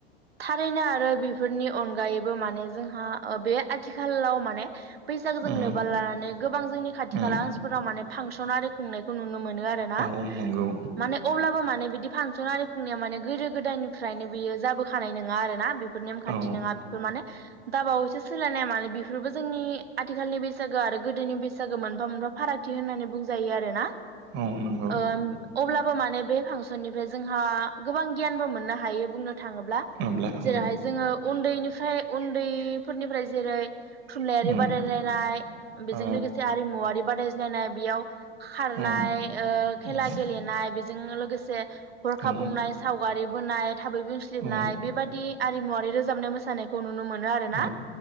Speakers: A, on the right; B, on the right.
A: थारैनो आरो बेफोरनि अनगायैबो माने हा बे आथिखालाव माने फैसाखौ जों
B: उम
A: लोबा लानानै गोबां जोंनि खाथि
B: उम
A: खाला ओनसोलफोराव माने फांसन खुंनायखौ नुनो मोनो। आरोना
B: औ नंगौ
A: माने अब्लाबो माने बिद - दि फांसन आरो खुंया माने गोदो गोदायनिफ्रायनो बियो जाबोखानाय नङा आरोना बे बेफोर नेमखान्थि
B: औ
A: नङा बेफोर माने दाबावैसो सोलायनाया मानो बेफोरबो जोंनि - आथिखालनि बैसागो आरो गोदोनि बैसागो मोनफा मोनफा फारागथि होननानै बुं जायो आरोना
B: औ नंगौ
A: ओम अब्ला माने बे फांसननिफ्राय जोंहा गोबां गियानबो मोननो हायो बुंनो थाङोब्ला
B: अब्ला
A: जेरैहाय
B: औ
A: जोङो उन्दैनिफ्राय उन दैफोरनिफ्राय जेरै थुनलाइारि
B: उम
A: बादायलायनाय बेजों
B: औ
A: लोगोसे आरिमुवारि बाद दाययज्लायनाय बेयाव खारनाय
B: औ
A: ओ खेला
B: उम
A: गेलेनाय बिदि जोंङो लोगोसे हरखाब
B: औ
A: बुंनाय बारि बोनाय थाबै बुंसलिबनाय
B: औ
A: बेबादि आरिमुवारि रोजाबनाय मोसानायखौ खौ नुनो मोनो ना आरो ना
B: औ